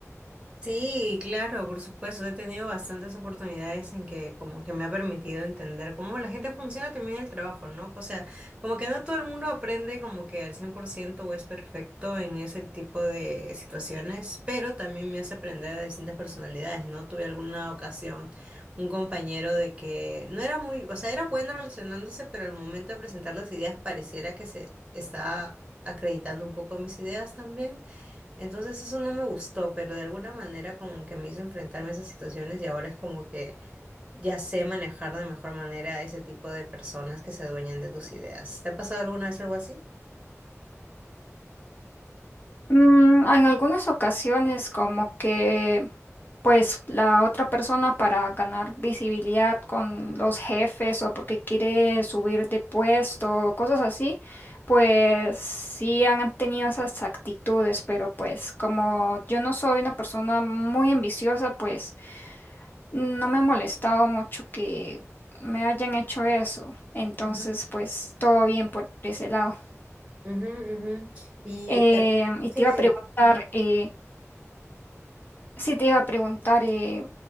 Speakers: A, on the right; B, on the left.
A: Sí, claro, por supuesto. He tenido bastantes oportunidades en que como que me ha permitido entender cómo la gente funciona también en el trabajo, ¿no? O sea, como que no todo el mundo aprende como que al 100% o es perfecto en ese tipo de situaciones, pero también me hace aprender a distintas personalidades, ¿no? Tuve alguna ocasión un compañero de que no era muy, o sea, era bueno relacionándose, pero al momento de presentar las ideas pareciera que se estaba acreditando un poco mis ideas también. Entonces eso no me gustó, pero de alguna manera como que me hizo enfrentarme a esas situaciones y ahora es como que ya sé manejar de mejor manera a ese tipo de personas que se adueñan de tus ideas. ¿Te ha pasado alguna vez algo así?
B: Mm, en algunas ocasiones como que pues la otra persona para ganar visibilidad con los jefes o porque quiere subir de puesto o cosas así, pues sí han tenido esas actitudes, pero pues como yo no soy una persona muy ambiciosa, pues no me ha molestado mucho que me hayan hecho eso. Entonces
A: Ujú,
B: pues todo bien por ese lado.
A: ujú, ujú. Y
B: Em,
A: eh,
B: y
A: Sí,
B: te
A: me
B: iba a preguntar, eh, Sí, te iba a preguntar, eh,